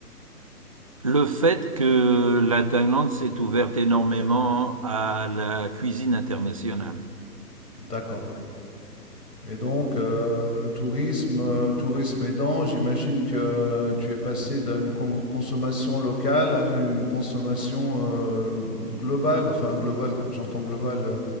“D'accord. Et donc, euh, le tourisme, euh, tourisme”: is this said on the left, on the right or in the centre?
Left